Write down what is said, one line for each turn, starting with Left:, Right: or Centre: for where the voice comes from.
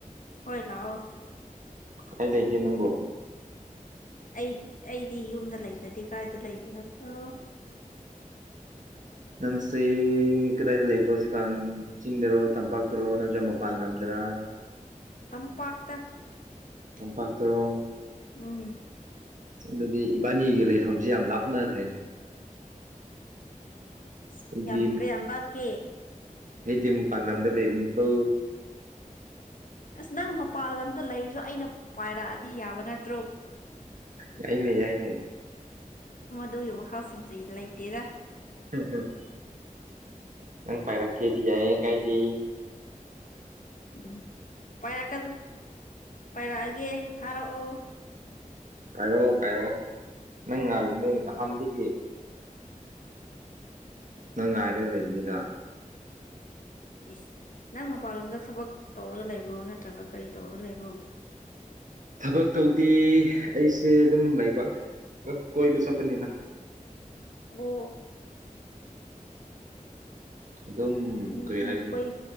Left: ꯍꯣꯏ ꯂꯥꯛꯑꯣ
Right: ꯀꯥꯏ ꯂꯩꯒꯦ ꯅꯪꯕꯣ
Left: ꯑꯩ ꯑꯩꯗꯤ ꯌꯨꯝꯗ ꯂꯩꯇ꯭ꯔꯗꯤ ꯀꯥꯏꯗ ꯂꯩꯕꯣ ꯍꯥꯏꯕꯅꯣ
Right: ꯑꯟꯑꯣꯗꯤꯕꯜ ꯅꯪꯁꯤ ꯀꯗꯥꯏꯗ ꯂꯩꯕꯣ ꯍꯧꯖꯤꯛꯀꯥꯟ ꯆꯤꯡꯗꯔꯣ ꯇꯝꯄꯥꯛꯇꯔꯣ ꯅꯠꯇ꯭ꯔꯥ ꯃꯄꯥꯟ ꯂꯝꯗꯔ ꯑꯟꯑꯣꯗꯤꯕꯜ
Left: ꯇꯝꯄꯥꯛꯇ
Right: ꯇꯝꯄꯥꯛꯇꯔꯣ
Left: ꯎꯝ
Right: ꯑꯗꯨꯗꯤ ꯏꯕꯥꯅꯤꯒꯤ ꯂꯩꯐꯝꯁꯤ ꯌꯥꯝ ꯂꯥꯞꯅꯒ꯭ꯔꯦꯅꯦ
Left: ꯁ
Right: ꯑꯩꯗꯤ
Left: ꯌꯥꯝ ꯀꯌꯥꯝ ꯂꯥꯞꯀꯦ
Right: ꯑꯩꯗꯤ ꯃꯄꯥꯜ ꯂꯝꯗ ꯂꯩꯕꯅꯤ ꯀꯣ
Left: ꯑꯁ ꯅꯪ ꯃꯄꯥꯟ ꯂꯝꯗ ꯂꯩꯔꯁꯨ ꯑꯩꯅ ꯄꯥꯏꯔꯛꯑꯗꯤ ꯌꯥꯕ ꯅꯠ
Right: ꯌꯥꯏꯅꯦ ꯌꯥꯏꯅꯦ
Left: ꯑꯗꯨꯒꯤ ꯋꯥꯈꯜꯁꯤꯡꯁꯤ ꯂꯩꯇꯦꯗ
Right: ꯍꯝꯍꯝ ꯅꯪ ꯄꯥꯏꯔꯛꯀꯦꯗꯤ ꯌꯥꯏꯌꯦ ꯀꯥꯏꯗꯦ
Left: ꯎꯝ ꯄꯥꯏꯔꯛꯀ ꯄꯥꯏꯔꯛꯑꯒꯦ ꯊꯥꯔꯛꯑꯣ
Right: ꯄꯥꯏꯔꯛꯑꯣ ꯄꯥꯏꯔꯛꯑꯣ ꯅꯪ ꯉꯥꯏꯕ ꯅ ꯑꯍꯥꯟꯗꯒꯤ ꯅꯪ ꯉꯥꯏꯔꯒ ꯂꯩꯕꯅꯤꯒ
Left: ꯏ ꯅꯪ ꯃꯄꯜꯂꯣꯝꯗ ꯊꯕꯛ ꯇꯧꯔꯒ ꯂꯩꯕ꯭ꯔꯣ ꯅꯠꯇ꯭ꯔꯒ ꯀꯔꯤ ꯇꯧꯔꯒ ꯂꯩꯕ꯭ꯔꯣ
Right: ꯊꯕꯛ ꯇꯧꯗꯤ ꯑꯩꯁꯦ ꯑꯗꯨꯝ ꯂꯩꯕ ꯑꯗꯨꯝ ꯀꯣꯏꯕ ꯆꯠꯄꯅꯤꯅ
Left: ꯔꯣ
Right: ꯑꯗꯨꯝ
Left: ꯃꯤ
Right: ꯀꯔꯤ ꯍꯥꯏꯒꯅꯤ
Left: ꯀꯣꯏ